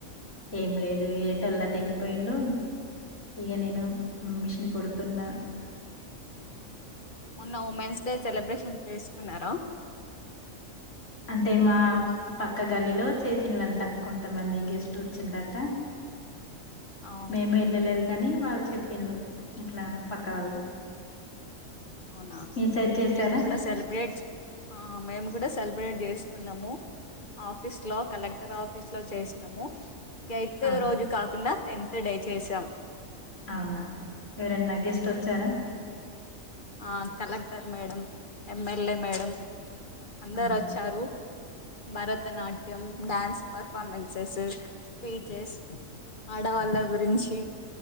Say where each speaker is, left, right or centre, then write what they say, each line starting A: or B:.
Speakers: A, on the left; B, on the left.
A: ఏం లేదు ఇక ఎటోలు అట వెళ్ళిపోయింలు ఇగ నేను మిషన్ కుడుతున్న
B: మొన్న ఉమెన్స్ డే సెలబ్రేషన్ చేసుకున్నారా
A: అంటే మా పక్క గల్లిలో చేసినలంట కొంతమంది గెస్ట్ వచ్చిలట
B: ఆ
A: మేము <unintelligible> కానీ వాళ్ళు చెప్పిలు ఇట్లా పక్క వాళ్ళు
B: అవునా
A: మీ సైడ్ చేసారా
B: మేము కూడా సెలబ్రేట్ మేము కూడా సెలబ్రేట్ చేసుకున్నాము ఆఫీస్ లో కలెక్టర్ ఆఫీస్ లో చేసినము ఎయిత్
A: అవునా
B: రోజు కాకుండా టెన్త్ డే చేసాం
A: అవునా ఎవరన్నా గెస్ట్ వచ్చారా
B: ఆ కలెక్టర్ మేడం ఎమ్ఎల్ఏ మేడం అందరు
A: అవునా
B: వచ్చారు భరతనాట్యం డాన్స్ పర్ఫార్మెన్సెస్ స్పీచెస్ ఆడవాళ్ళ గురించి